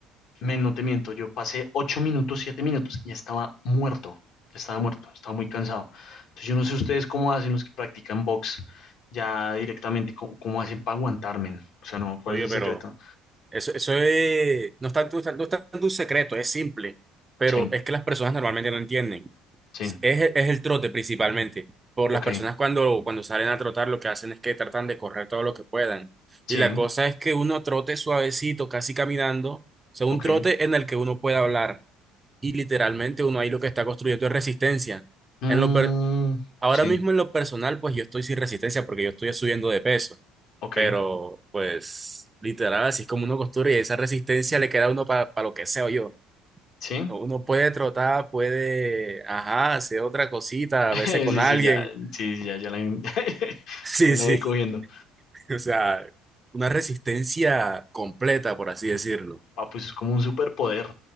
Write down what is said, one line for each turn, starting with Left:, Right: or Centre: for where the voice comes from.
Left: me, no te miento, yo pasé ocho minutos, siete minutos y ya estaba muerto, ya estaba muerto, estaba muy cansado. Entonces yo no sé ustedes cómo hacen los que practican box ya directamente, cómo, cómo hacen para aguantarme. O sea, no, ¿cuál
Right: Oye,
Left: es el
Right: pero
Left: secreto?
Right: Eso, eso es, no es tanto, no es tanto un secreto, es simple, pero
Left: Sí,
Right: es que las personas normalmente no entienden.
Left: sí,
Right: Es, el- es el trote principalmente. Por
Left: ok,
Right: las personas cuando, cuando salen a trotar lo que hacen es que tratan de correr todo lo que puedan.
Left: sí,
Right: Y la cosa es que uno trote suavecito, casi caminando, o sea, un
Left: ok.
Right: trote en el que uno pueda hablar. Y literalmente uno ahí lo que está construyendo es resistencia.
Left: Mm,
Right: En lo per- ahora
Left: sí,
Right: mismo en lo personal, pues yo estoy sin resistencia porque yo estoy subiendo de peso.
Left: ok,
Right: Pero, pues, literal, así es como uno costura y esa resistencia le queda a uno para lo que sea yo.
Left: sí. <laughs>
Right: Uno puede trotar, puede, ajá, hacer otra cosita, a veces
Left: Sí,
Right: con alguien.
Left: sí, ya,
Right: <laughs>
Left: sí, ya, ya la, <laughs>
Right: Sí,
Left: ahí la
Right: sí.
Left: voy cogiendo.
Right: <laughs> O sea, una resistencia completa, por así decirlo.
Left: Ah, pues es como un superpoder